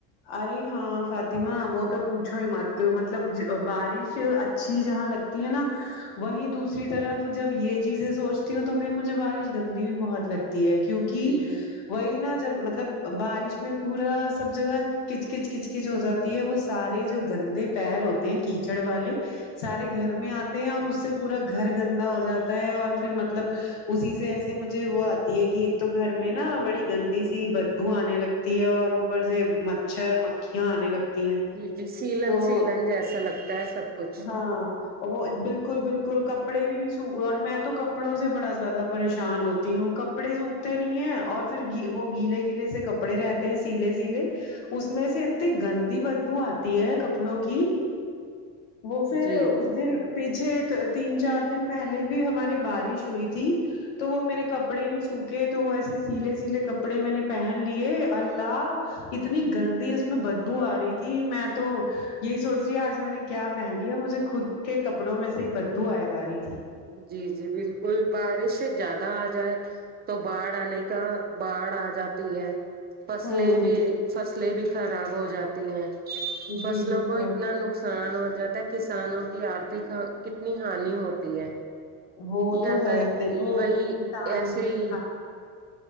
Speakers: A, on the left; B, on the right.
A: ارے ہاں فاطمہ وہ تو پوچھو ہی مت مطلب بارش اچھی جہاں لگ تی ہیں نا وہیں دوسری طرف جب یہ چیزیں سوچتی ہوں تو پھر مجھے بارش گندی بھی بہت لگتی ہے کیونکہ
B: جی جی
A: وہی نا جب مطلب بارش میں پورا سب جگہ کچ کچ کچ کچ ہو جاتی ہے وہ سارے جو گندے پیر ہوتے ہیں کیچڑ والے سارے گھر میں آتے ہیں اور اس سے پورا گھر گندا ہو جاتا ہے اور پھر مطلب اسی سے ایسے مجھے وہ آتی ہے کہ ایک تو گھر میں نا بڑی گندی سی بدبو آنے لگ تی ہے اور اوپر سے مچھر مکھیاں آنے لگتی ہیں
B: جی جی سیلن
A: تو
B: سیلن جیسا لگتا ہے سب کچھ
A: ہاں وہ بالکل بالکل کپڑے بھی نہیں سو اور میں تو کپڑوں سے بڑا زیادہ پریشان ہوتی ہوں کپڑے سوکھتے نہیں ہیں اور پھر وہ گیلے گیلے سے کپڑے رہتے ہیں سیلے سیلے اس میں سے اتنی گندی بدبو آتی ہے کپڑوں کی وہ پھر
B: جی
A: اس دن پیچھے تین چار دن پہلے بھی ہمارے بارش ہوئی تھی تو وہ میرے کپڑے نہیں سوکھے تو وہ ایسے سیلے سیلے کپڑے میں نے پہن لیے اللہ اتنی گندی اس میں بدبو آ رہی تھی میں تو یہی سوچ رہی آج میں نے کیا پہن لیا مجھے خود کے کپڑوں میں سے بدبو آئے جا رہی تھی
B: جی جی بالکل بارش سے زیادہ آ جائے تو باڑ آنے کا باڑھ آ جاتی ہے فصلیں
A: ہوں
B: بھی فصلیں بھی خراب ہو جاتی ہیں
A: جی
B: فصلوں
A: بالکل
B: کو اتنا ن نقصان ہو جاتا ہے کسانوں کی آرتھک کتنی ہانی ہوتی ہے
A: وہ
B: یا
A: ہے
B: تو
A: دیکھو
B: وہی
A: انسان
B: ایسے ہی
A: ہاں